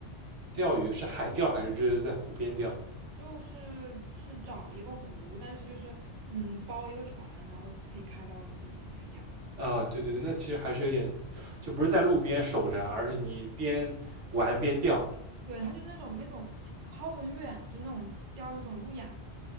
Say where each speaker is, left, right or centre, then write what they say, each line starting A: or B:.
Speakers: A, on the right; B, on the right.
A: 钓鱼是海钓还是就是在湖边钓？
B: 就是是找一个湖，但是就是嗯，包一个船，然后可以开到里面去钓。
A: 啊，对对对，那其实还是有点，就不是在路边守着，而是你边玩边钓。
B: 对，它就是那种那种抛很远，就那种钓那种路亚。